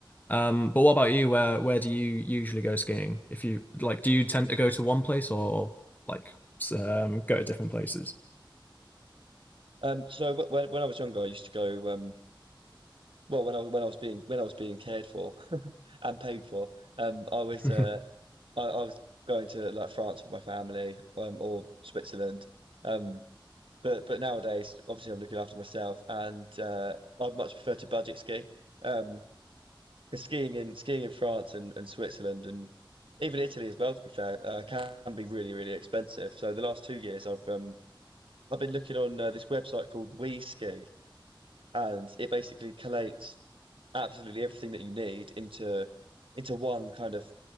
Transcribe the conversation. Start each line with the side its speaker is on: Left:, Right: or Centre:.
Left: Um but what about you? Where where do you usually go skiing? If you like do you tend to go to one place or like s- um go to different places?
Right: Um, so wh- when when I was younger, I used to go um well, when I was when I was being when I was being cared for <laughs> and paid for, um, I was
Left: <laughs>
Right: uh, I, I was going to like France with my family, um, or Switzerland, um, but but nowadays, obviously, I'm looking after myself, and uh, I'd much prefer to budget ski. Um, 'cause skiing in skiing in France and, and Switzerland and even Italy as well, to be fair, uh, can be really really expensive. So the last two years, I've um, I've been looking on uh, this website called WeSki, and it basically collates absolutely everything that you need into into one kind of